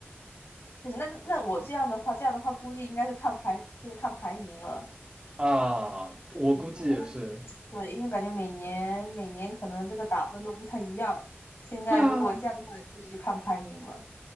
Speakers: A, on the left (about 65°); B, on the right (about 20°).
A: 确实，那那那我这样的话，这样的话估计应该是看排，就是看排名了。
B: <laughs> 啊，我估计也是。
A: 嗯，因为对，因为感觉每年每年可能这个打分都不太一样。现在如果这样的话，
B: 对啊，
A: 估计就看排名了。